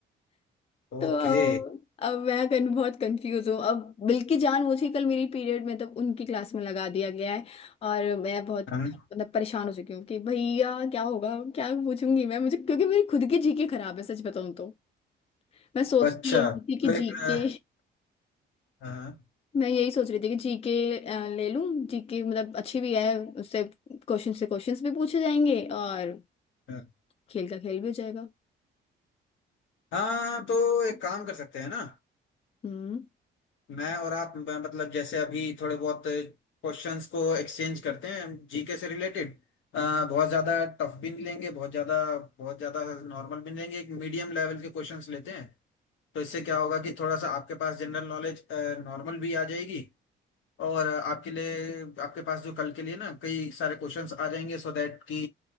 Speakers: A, on the left; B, on the left.
A: तो
B: ओके
A: अब अब मैं कन, बहुत कंफ्यूज हूँ अब बिल्कि जानबूझ के कल मेरी पीरियड में तब उनकी क्लास में लगा दिया गया है और मैं बहुत
B: हाँ
A: मतलब परेशान हो चुकी हूँ कि भैया क्या होगा क्या पूछूंगी मैं मुझे क्योंकि मेरी खुद की जीके खराब है सच बताऊँ तो मैं सोचती
B: अच्छा
A: यही
B: तो
A: थी कि
B: एक
A: जीके
B: अ, हाँ
A: मैं यही सोच रही थी कि जीके ले लूँ जीके मतलब अच्छी भी है उससे क्वेश्चन से क्वेश्चंस भी पूछे जाएंगे और
B: हाँ
A: खेल का खेल भी हो जाएगा
B: हाँ, तो एक काम कर सकते हैं ना
A: हम्म।
B: मैं और आप ब- मतलब जैसे अभी थोड़े बहुत क्वेश्चंस को एक्सचेंज करते हैं जीके से रिलेटेड बहुत ज्यादा टफ भी नहीं लेंगे बहुत ज्यादा बहुत ज्यादा नॉर्मल भी नहीं लेंगे एक मीडियम लेवल के क्वेश्चंस लेते हैं तो इससे क्या होगा कि थोड़ा सा आपके पास जनरल नॉलेज नॉर्मल भी आ जाएगी और अ, आपके लिए आपके पास जो कल के लिए ना कई सारे क्वेश्चंस आ जाएंगे सो दैट कि